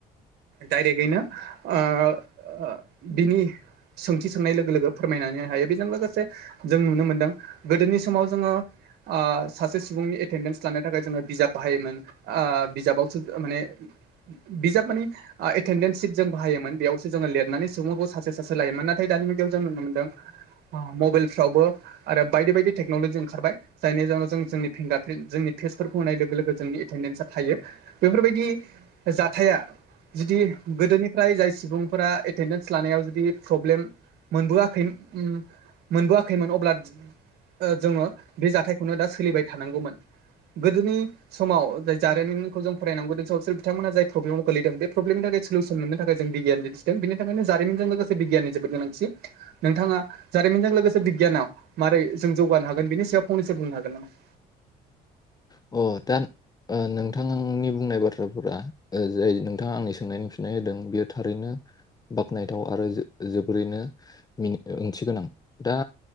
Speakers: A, on the right; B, on the left.
A: डायरेक्टयैनो ओह बिनि सोंथि सोंनाय लोगो लोगो फोरमायनानै होनो हायो बेजों लोगोसे जों नुनो मोन्दों गोदोनि समाव जोङो ओ सासे सुबुंनि एटेनडेन्स लानो थाखाय जोङो बिजाब बाहायोमोन ओ बिजाबावसो माने बिजाब माने ओ एटेन्डेन्स सिट जों बाहायोमोन बेआवसो जोङो लिरनानै सुबुंफोरखौ सासे सासे लायोमोन नाथाय दानि मुगायाव जों नुनो मोनदों ओ मबाइलफ्रावबो आरो बायदि बायदि टेक्न'लजि ओंखारबाय जायनि जाउनाव जोंनि फिंगारप्रिन्ट जोंनि फेसफोरखौ होनाय लोगो लोगो गो जोंनि एटेनडेन्सा थायो बेफोरबायदि जाथाया जुदि गोदोनि जाय जाय सुबुंफोरा एटेडेन्स लानायाव जुदि प्रब्लेम मोनबोआखैमोन उम मोनबोआखैमोन अब्ला ओ जोङो बे जाथायखौनो दा सोलिबाय थानांगौमोन गोदोनि समाव जाय जारिमिनखौ जों फरायनांगौ जों सामाव बिसोर बिथांमोना जाय प्रब्लेमाव गोलैदों बे प्रब्लेमनि थाखाय स'लुस'न मोननो थाखाय जों बिगियान दिन्थिदों बेनि थाखायनो जारिमनजों लोगोसे बिगियनि जोबोद गोनांथि नोंथांआ जारिमिनजों लोगोसे बिगियानाव माबोरै जों जौगानो हागोन बिनि सायाव फंनैसो बुंनो हागोन नामा
B: अ दा ओ नोंथांनि बुंनाय बाथ्राफोरा जाय नोंथांआ आंनि सोंनायनि फिननाय होदों बियो थारैनो बाख्नायथाव आरो जोबोरैनो मिनिं ओंथि गोनां दा